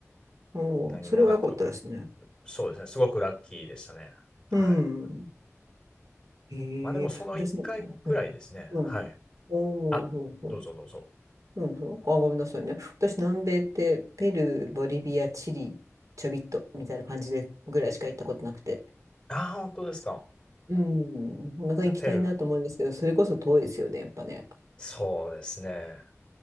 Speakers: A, on the right; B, on the left.
A: おーそれは良かったですね。
B: 何もなく、そうですね。すごくラッキーでしたね。はい。
A: うん。へえ。
B: まあ、でも、その1回ぐらいですね。
A: 私ね、うん。うん。
B: はい。
A: おおほうほう。
B: あ、どうぞどうぞ。
A: うんそう。あ、ごめんなさいね。私、南米って、ペルー、ボリビア、チリ、ちょびっと、みたいな感じで、ぐらいしか行ったことなくて。
B: あー本当ですか。
A: うん。また行きたいなと思うんですけど、
B: じゃあ、ペルー、
A: それこそ遠いですよね、やっぱね。
B: そうですね。